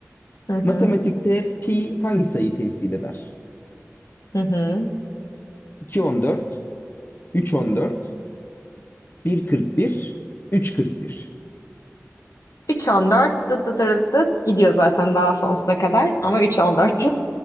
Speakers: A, on the left; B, on the left.
A: Hı hı.
B: Matematikte pi hangi sayıyı temsil eder?
A: Hı hı.
B: 2.14, 3.14, 1.41, 3.41.
A: 3-14 dıt dıt dıt dıt gidiyor zaten daha sonsuza kadar ama 3-14.